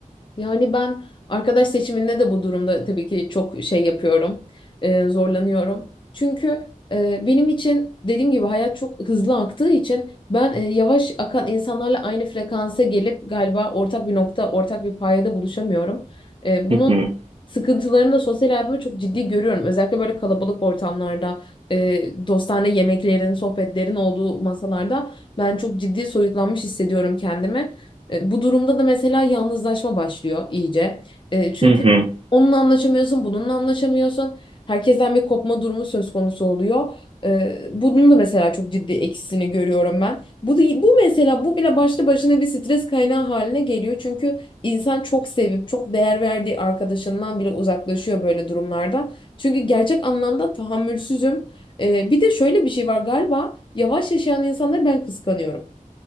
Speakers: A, on the left; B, on the right.
A: Yani ben arkadaş seçiminde de bu durumda tabii ki çok şey yapıyorum, e, zorlanıyorum. Çünkü e, benim için dediğim gibi hayat çok hızlı aktığı için ben e, yavaş akan insanlarla aynı frekansa gelip galiba ortak bir nokta, ortak bir payda buluşamıyorum. E, bunun
B: Hı hı,
A: sıkıntılarını da sosyal hayatımda çok ciddi görüyorum. Özellikle böyle kalabalık ortamlarda, e, dostane yemeklerin, sohbetlerin olduğu masalarda ben çok ciddi soyutlanmış hissediyorum kendimi. E, bu durumda da mesela yalnızlaşma başlıyor iyice. E, çünkü
B: hı hı,
A: onunla anlaşamıyorsun, bununla anlaşamıyorsun. Herkesten bir kopma durumu söz konusu oluyor. E, bunun da mesela çok ciddi eksisini görüyorum ben. Bu, da- bu mesela bu bile başlı başına bir stres kaynağı haline geliyor. Çünkü insan çok sevip çok değer verdiği arkadaşından bile uzaklaşıyor böyle durumlarda. Çünkü gerçek anlamda tahammülsüzüm. E, bir de şöyle bir şey var galiba yavaş yaşayan insanları ben kıskanıyorum.